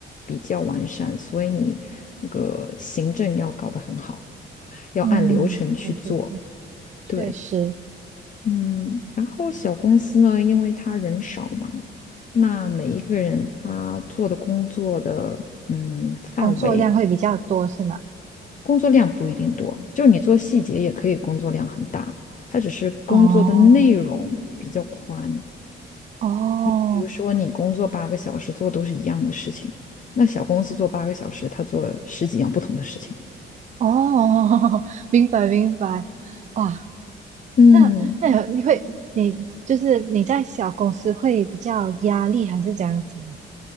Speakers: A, on the left (about 40°); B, on the right (about 35°).
A: 比较完善，所以你那个行政要搞得很好，要按流程去做。
B: 嗯，对对对，确实
A: 对，嗯，然后小公司呢，因为他人少嘛，那每一个人他做的工作的嗯范围，
B: 工作量会比较多，是吗？
A: 工作量不一定多，就是你做细节也可以工作量很大，他只是工作的内容比较宽。
B: 哦哦
A: 比如说你工作八个小时做都是一样的事情，那小公司做八个小时，他做了十几样不同的事情。
B: 哦，<laughs> 明白明白。哇，
A: 嗯，
B: 那那有你会你就是你在小公司会比较压力还是怎样子呢？